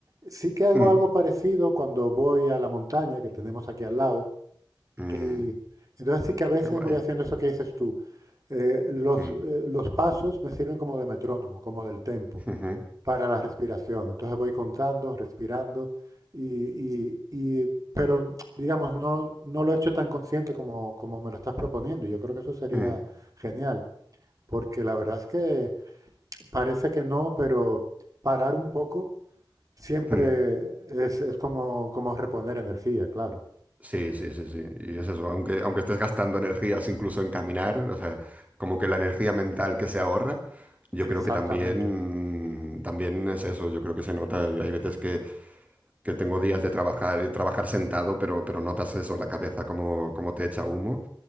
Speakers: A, on the right; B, on the right.
A: Sí que hago
B: mm,
A: algo parecido cuando voy a la montaña que tenemos aquí al lado
B: mm,
A: y entonces sí que a veces
B: qué guay.
A: voy haciendo eso que dices tú. Eh, los,
B: mm,
A: eh, los pasos me sirven como de metrónomo, como del tempo.
B: ujú,
A: para la respiración. Entonces voy contando, respirando, y, y- y- pero digamos, no, no lo he hecho tan consciente como, como me lo estás proponiendo. y Yo creo que eso sería
B: mm,
A: genial, porque la verdad es que parece que no, pero parar un poco siempre
B: mm.
A: es, es como, como reponer energía, claro.
B: Sí, sí, sí, sí. Y es eso, aunque, aunque estés gastando energías incluso en caminar, o sea, como que la energía mental que se ahorra, yo
A: Exactamente.
B: creo que también, también es eso, yo creo que se nota. Hay veces que, que tengo días de trabajar, trabajar sentado, pero, pero notas eso, la cabeza como, como te echa humo.